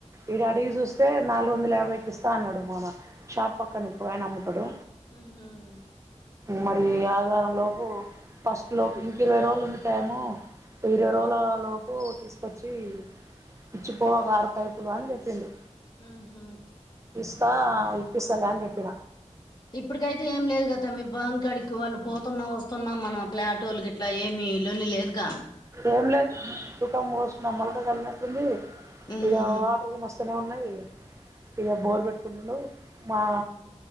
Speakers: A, on the right; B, on the left.
A: ఇడా
B: ఉమ్
A: అడిగి చూస్తే నాలుగు వందల యాభైకి ఇస్తా అన్నాడు మాన షాప్ పక్కనా ఒక ఆయన అమ్ముతడు
B: హుమ్
A: మరి ఈ ఆదివారం లోపు ఫస్ట్ లోపు ఇంక ఇరవై రోజులు ఉంది టైము ఇరవై
B: ఉమ్
A: రోజుల లోపు తీసుకొచ్చి ఇచ్చిపో కారు పైప్ పిల్లా అని చెప్పిండు
B: ఉ హ
A: ఇస్తా ఇప్పిస్తలే అని చెప్పిన
B: ఇప్పుటికైతే ఏం లేదు కదా తమ్మీ బం కడికి వాళ్ళు పోతున్నా వస్తున్నాం మన క్లాటోళ్ళు గిట్లా ఏమీ లొల్లి లేదుగా
A: ఏం లేదు కుటం పోస్తు నా మలక జల్లినట్టుంది
B: ఉహు
A: ఇక వాటర్ గీని వస్తనే వున్ ఇగ ఇగ బోర్ కట్టుకు ఉండయ్ మా
B: ఉహు